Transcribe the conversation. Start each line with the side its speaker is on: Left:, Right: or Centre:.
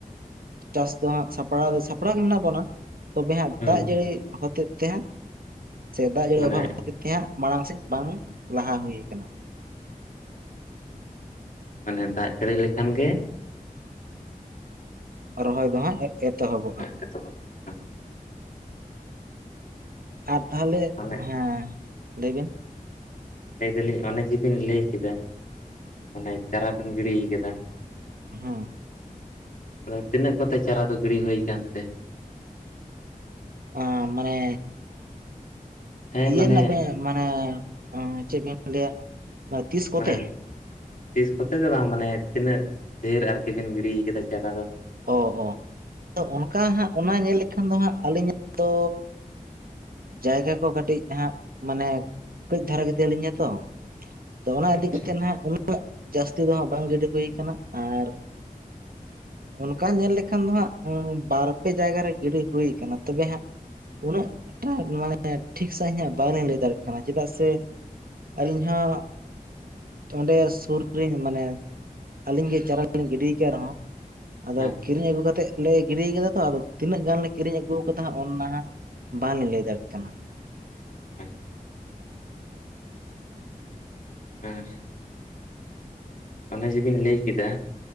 Right: ᱪᱟᱥ ᱫᱚ ᱦᱟᱸᱜ ᱥᱟᱯᱲᱟᱣ ᱫᱚ ᱥᱟᱯᱲᱟᱣ ᱜᱮ ᱢᱮᱱᱟᱜ ᱵᱚᱱᱟ᱾ ᱛᱚᱵᱮ ᱦᱟᱸᱜ
Left: ᱦᱩᱸ
Right: ᱫᱟᱜ ᱡᱟᱹᱲᱤ
Left: ᱦᱩᱸ
Right: ᱦᱚᱛᱮ ᱛᱮ ᱦᱟᱸᱜ ᱾ ᱥᱮ ᱫᱟᱜ ᱡᱟᱹᱲᱤ
Left: ᱢᱟᱱᱮ
Right: ᱚᱵᱷᱟᱵᱽ ᱠᱷᱟᱛᱤᱨ ᱛᱮ ᱦᱟᱸᱜ, ᱢᱟᱲᱟᱝ ᱥᱮᱫ ᱵᱟᱝ ᱞᱟᱦᱟ ᱦᱩᱭ ᱟᱠᱟᱱᱟ ᱾
Left: ᱟᱪᱪᱷᱟ ᱟᱪᱪᱷᱟ ᱾ ᱢᱟᱱᱮ ᱫᱟᱜ ᱡᱟᱹᱲᱤ ᱞᱮᱠᱷᱟᱱ ᱜᱮ
Right: ᱨᱚᱦᱚᱭ ᱫᱚ ᱦᱟᱸᱜ ᱮᱛᱚᱦᱚᱵᱚᱜ-ᱟ ᱾
Left: ᱮᱛᱚᱜᱼᱟ ᱾
Right: ᱟᱨ ᱛᱟᱦᱚᱞᱮ
Left: ᱚᱱᱮ
Right: ᱦᱮᱸ ᱞᱟᱹᱭ ᱵᱤᱱ
Left: ᱞᱟᱹᱭ ᱫᱟᱞᱤᱧ ᱚᱱᱮ ᱡᱮ ᱵᱤᱱ ᱞᱟᱹᱭ ᱠᱮᱫᱟ ᱢᱟᱱᱮ ᱪᱟᱨᱟ ᱵᱤᱱ ᱜᱤᱲᱤ ᱠᱟᱫᱟᱢ ᱾
Right: ᱦᱮᱸ ᱾
Left: ᱟᱫᱚ ᱛᱤᱱᱟᱹᱜ ᱠᱚ ᱛᱮ ᱪᱟᱨᱟ ᱫᱚ ᱜᱤᱲᱤ ᱦᱩᱭ ᱟᱠᱟᱱ ᱛᱮ ᱾
Right: ᱟ ᱢᱟᱱᱮ
Left: ᱦᱮᱸ
Right: ᱤᱭᱟᱹ
Left: ᱢᱟᱱᱮ
Right: ᱵᱮᱱ ᱢᱟᱱᱮ ᱪᱮᱫ ᱵᱤᱱ ᱞᱟᱹᱭᱟ ᱛᱤᱥ ᱠᱚᱛᱮ
Left: ᱢᱟᱱᱮ ᱛᱤᱥ ᱠᱚᱛᱮ ᱫᱚ ᱵᱟᱝ ᱢᱟᱱᱮ ᱛᱤᱱᱟᱹᱜ ᱰᱷᱮᱨ ᱟᱨᱠᱤ ᱵᱮᱱ ᱜᱤᱲᱤ ᱠᱟᱫᱟ ᱰᱟᱨᱟ ᱫᱚ ᱾
Right: ᱚ ᱚ ᱚᱱᱠᱟ ᱦᱟᱸᱜ ᱚᱱᱟ ᱧᱮᱞ ᱞᱮᱠᱷᱟᱱ ᱫᱚ ᱦᱟᱸᱜ ᱟᱹᱞᱤᱧᱟᱜ ᱫᱚ ᱡᱟᱭᱜᱟ ᱠᱚ ᱠᱟᱹᱴᱤᱡ ᱦᱟᱸᱜ ᱢᱟᱱᱮ ᱠᱟᱹᱡ ᱫᱷᱟᱨᱟ ᱜᱮᱛᱟ ᱞᱤᱧᱟ ᱛᱚ ᱾ ᱟᱫᱚ ᱚᱱᱟ
Left: ᱟᱪᱪᱷᱟ
Right: ᱤᱫᱤ ᱠᱟᱛᱮᱜ ᱦᱟᱸᱜ ᱩᱱᱟᱹᱜ ᱡᱟᱹᱥᱛᱤ ᱫᱚ ᱦᱟᱸᱜ ᱵᱟᱝ ᱜᱤᱰᱤ ᱦᱩᱭ ᱠᱟᱱᱟ ᱟᱨ ᱚᱱᱠᱟ ᱧᱮᱞ ᱞᱮᱠᱷᱟᱱ ᱫᱚ ᱦᱟᱸᱜ ᱵᱟᱨ ᱯᱮ ᱡᱟᱭᱜᱟ ᱨᱮ ᱜᱤᱰᱤ ᱦᱩᱭ ᱟᱠᱟᱱᱟ ᱛᱚᱵᱮ ᱦᱟᱸᱜ ᱩᱱᱟᱹᱜ ᱴᱟ ᱢᱟᱱᱮ ᱴᱷᱤᱠ ᱥᱟᱺᱦᱤᱡ ᱧᱟᱹᱜ ᱵᱟᱝ ᱞᱤᱧ ᱞᱟᱹᱭ ᱫᱟᱲᱮᱭᱟᱜ ᱠᱟᱱᱟ ᱪᱮᱫᱟᱜ ᱥᱮ ᱟᱨ ᱤᱧ ᱦᱚᱸ ᱚᱸᱰᱮ ᱥᱩᱨ ᱨᱮᱧ ᱢᱟᱱᱮ ᱟᱹᱞᱤᱧ ᱜᱮ ᱪᱟᱨᱟ ᱞᱤᱧ ᱜᱤᱰᱤ ᱠᱟᱜ ᱨᱮᱦᱚᱸ ᱟᱫᱚ
Left: ᱟᱪᱪᱷᱟ
Right: ᱠᱤᱨᱤᱧ ᱟᱹᱜᱩ ᱠᱟᱛᱮ ᱞᱮ ᱜᱤᱰᱤ ᱠᱟᱫᱟ ᱛᱚ, ᱟᱫᱚ ᱛᱤᱱᱟᱹᱜ ᱜᱟᱱᱞᱮ ᱠᱤᱨᱤᱧ ᱟᱹᱜᱩᱣᱟ ᱠᱟᱫᱟ ᱦᱟᱸᱜ ᱚᱱᱟ ᱦᱟᱸᱜ ᱵᱟᱝ ᱞᱤᱧ ᱞᱟᱹᱭ ᱫᱟᱲᱮᱜ ᱠᱟᱱᱟ ᱾
Left: ᱟᱪᱪᱷᱟ ᱦᱮᱸ ᱾ ᱚᱱᱮ ᱡᱮ ᱵᱤᱱ ᱞᱟᱹᱭ ᱠᱮᱫᱟ